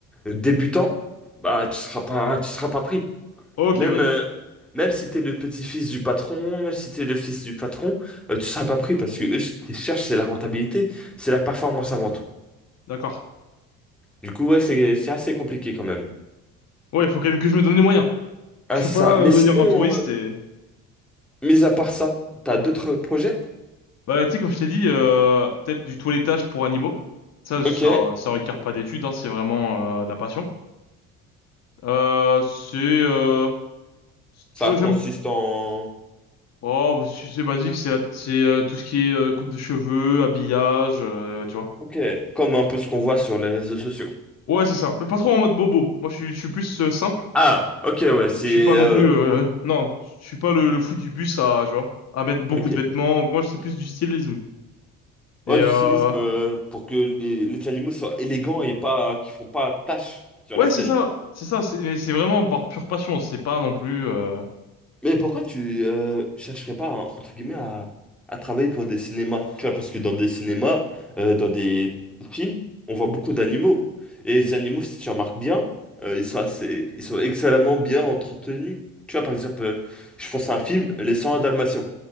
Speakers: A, in the centre; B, on the left.
A: débutant, bah, tu seras pas, tu seras pas pris.
B: Ok,
A: Même,
B: ouais.
A: euh, même si tu es le petit-fils du patron, même si tu es le fils du patron, euh, tu seras pas pris parce que eux, ce qu'ils cherchent, c'est la rentabilité, c'est la performance avant tout.
B: D'accord.
A: Du coup, ouais, c'est, c'est assez compliqué quand même.
B: Ouais, il faut quand même que je me donne les moyens.
A: Ah,
B: Je
A: c'est
B: peux pas
A: ça. Mais
B: euh, venir
A: sinon,
B: en touriste
A: euh,
B: et.
A: mis à part ça, t'as d'autres projets?
B: Bah, tu sais, comme je t'ai dit, euh, peut-être du toilettage pour animaux. Ça, ça,
A: Ok,
B: ça requiert pas d'études, hein, c'est vraiment euh, de la passion. Euh, c'est, euh,
A: ça
B: tu vois,
A: consiste
B: j'aime
A: en...
B: Oh, bah, c'est c'est basique, c'est la- c'est euh, tout ce qui est euh, coupe de cheveux, habillage, euh, tu vois.
A: Ok, comme un peu ce qu'on voit sur les réseaux sociaux.
B: Ouais, c'est ça, mais pas trop en mode bobo. Moi, je suis, je suis plus euh, simple.
A: Ah, ok, ouais, c'est...
B: Je suis pas non
A: euh,
B: plus, euh, non, je suis pas le, le fou du bus à, tu vois, à mettre beaucoup
A: Ok.
B: de vêtements. Moi, c'est plus du stylisme. Et
A: Ouais,
B: euh,
A: du stylisme euh, pour que les, les animaux soient élégants et pas qu'ils font pas tache sur
B: ouais,
A: la scène.
B: c'est ça, c'est ça. C'est mais c'est vraiment par pure passion. C'est pas non plus. euh,
A: Mais pourquoi tu euh, chercherais pas, en- entre guillemets, à, à travailler pour des cinémas? Tu vois, parce que dans des cinémas, euh, dans des films, on voit beaucoup d'animaux. Et les animaux, si tu remarques bien, euh, ils sont assez, ils sont excellemment bien entretenus. Tu vois, par exemple, euh, je pense à un film, Les 101 Dalmatiens.